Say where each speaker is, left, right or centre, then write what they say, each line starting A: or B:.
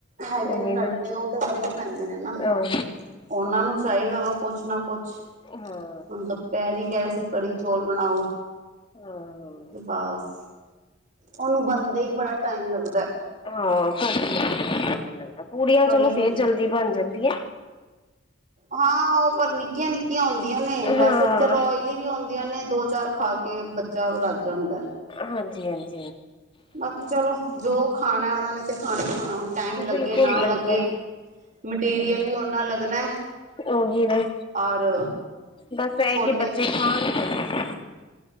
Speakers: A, on the right; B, on the left.
A: ਹੈਗੇ
B: ਉਹੀ
A: ਨੇ
B: ਨਾ
A: ਟੰਟੇ ਉਹ ਤੇ ਕਰਨੇ ਪੈਂਦੇ ਨੇ ਨਾ
B: ਆਹੋ
A: ਉਹਨਾਂ ਨੂੰ ਚਾਹੀਦਾ ਵਾ ਕੁਛ ਨਾ ਕੁਛ
B: ਹਾਂ
A: ਹੁਣ ਦੋਪਹਿਰੀ ਕਹਿ ਰਹੇ ਸੀ ਕੜੀ ਚੌਲ ਬਣਾਓ।
B: ਹਾਂ
A: ਤੇ ਬਸ ਉਹਨੂੰ ਬਣਦੇ ਹੀ ਬੜਾ ਟਾਈਮ ਲੱਗਦਾ।
B: <unintelligible> ਲੱਗਦਾ ਪੂੜੀਆਂ
A: ਕੜੀ
B: ਚਲੋ ਫੇਰ
A: ਨੂੰ
B: ਜਲਦੀ ਬਣ ਜਾਂਦੀਆਂ।
A: ਹਾਂ ਉਹ ਪਰ ਨਿੱਕੀਆਂ- ਨਿੱਕੀਆਂ ਹੁੰਦੀਆਂ ਨੇ ਵੈਸੇ
B: ਹਾਂ
A: ਵੀ ਚਲੋ ਓਇਲੀ ਵੀ ਆਉਂਦੀਆਂ ਨੇ ਦੋ ਚਾਰ ਖਾ ਕੇ ਬੱਚਾ ਰੱਜ ਜਾਦਾਂ।
B: ਹਾਂਜੀ-ਹਾਂਜੀ
A: ਬਾਕੀ ਚਲੋ ਜੋ ਖਾਣਾ ਉਹਨਾ ਨੇ ਤੇ ਖਾਣਾ ਹੀ ਖਾਣਾ। ਟਾਈਮ
B: ਬਿਲਕੁਲ
A: ਲੱਗੇ ਨਾ
B: ਬਿਲਕੁਲ
A: ਲੱਗੇ ਮਟੀਰੀਅਲ ਵੀ ਓਨਾ ਲੱਗਣਾ।
B: ਜੋ ਵੀ ਰੇ
A: ਔਰ
B: ਬਸ
A: ਛੋਲੇ
B: ਇਹ ਕਿ ਬੱਚੇ ਖਾਣ ਗੇ <inaudible>